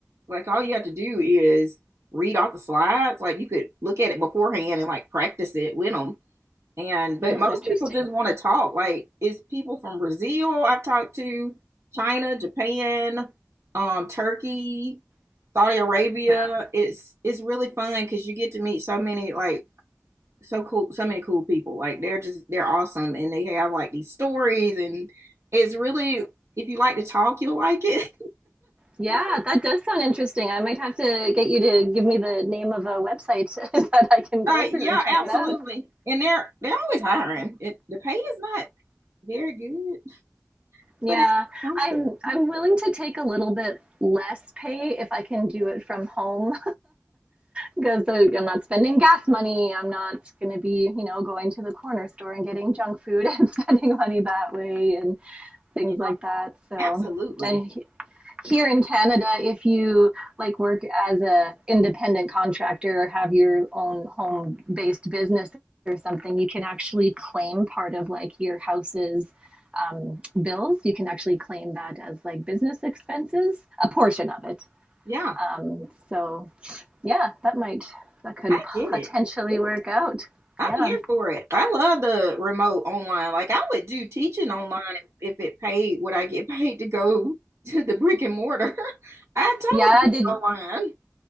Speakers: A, on the right; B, on the right.
A: Like all you have to do is read off the slides. Like you could look at it beforehand and like practice it with them. And but
B: oh,
A: most
B: interesting.
A: people just want to talk. Like it's people from Brazil I've talked to, China, Japan, um, Turkey, Saudi Arabia.
B: Wow.
A: It's it's really fun because you get to meet so many like so cool so many cool people. Like they're just they're awesome and they have like these stories and it's really if you like to talk, you'll like it.
B: Yeah, that does sound interesting. I might have to get you to give me the name of a website <laughs> that I can go
A: Uh,
B: through
A: yeah,
B: and check
A: absolutely.
B: it out.
A: And they're they're always hiring. It the pay is not very good,
B: Yeah,
A: but it's something.
B: I'm I'm willing to take a little bit less pay if I can do it from home. because the, I'm not spending gas money. I'm not going to be, you know, going to the corner store and getting junk food and <laughs> spending money that way and things
A: You
B: like
A: know,
B: that. So,
A: absolutely.
B: and here in Canada, if you like work as a independent contractor or have your own home-based business or something, you can actually claim part of like your house's um, bills. You can actually claim that as like business expenses, a portion of it.
A: Yeah,
B: Um, so yeah, that might that could
A: I get
B: potentially
A: it.
B: work out.
A: I'm
B: Yeah.
A: here for it. I love the remote online. Like I would do teaching online if, if it paid what I get <laughs> paid to go to the brick and mortar. <laughs> I totally
B: Yeah,
A: do
B: did
A: it online.